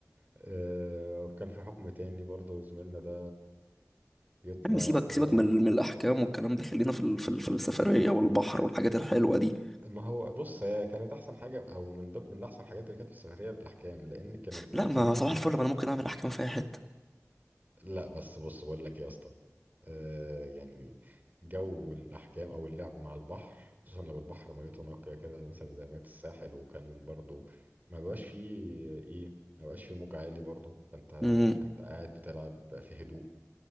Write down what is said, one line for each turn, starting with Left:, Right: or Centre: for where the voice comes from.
Right: آه، وكان في حكم تاني برضه زميلنا ده يطلع
Centre: يا عم سيبك
Right: يقف
Centre: سيبك من من الاحكام والكلام ده خلينا في ال- في ال- في السفريه والبحر والحاجات الحلوه دي
Right: ما هو بص هي كانت احسن حاجه او من ضمن من احسن حاجات اللي كانت في السفريه الاحكام لان كانت بتخلي
Centre: لا ما صباح
Right: ايه
Centre: الفل ما انا ممكن اعمل احكام في اي حته
Right: لا بس بص بقول لك إيه يا اسطى آه يعني جو الاحكام او اللعب مع البحر خصوصا لو البحر ميته نقيه كده مثلا زي ميه الساحل وكان برضو ما بقاش فيه ايه ما بقاش فيه موج عالي برضو فانت
Centre: امم
Right: انت قاعد بتلعب في هدوء